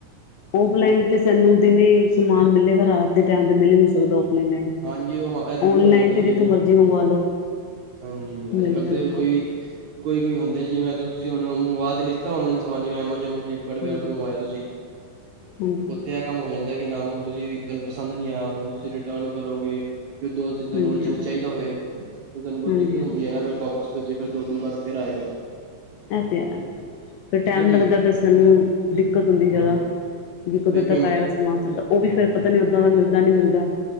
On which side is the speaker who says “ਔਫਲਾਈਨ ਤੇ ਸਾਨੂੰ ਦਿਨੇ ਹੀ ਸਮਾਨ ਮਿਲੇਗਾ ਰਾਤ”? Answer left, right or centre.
Left